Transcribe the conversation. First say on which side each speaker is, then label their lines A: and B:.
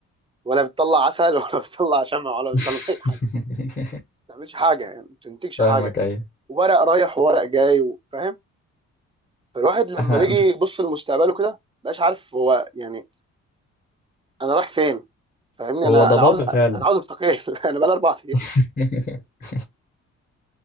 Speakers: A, on the right; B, on the left.
A: ولا بتطلع عسل <laughs> ولا بتطلع شمع ولا
B: <laughs>
A: بتطلع اي حاجه ما بتعملش حاجه يعني ما بتنتجش
B: فاهمك
A: حاجه
B: ايوه
A: ورق رايح وورق جاي فاهم فالواحد لما
B: احنا
A: بيجي
B: مش
A: يبص لمستقبله كده مبقاش عارف هو يعني انا رايح فين فاهمني
B: هو
A: انا
B: ضبابي
A: انا عاوز
B: فعلا
A: انا عاوز استقيل <laughs> انا بقى اربع
B: <laughs>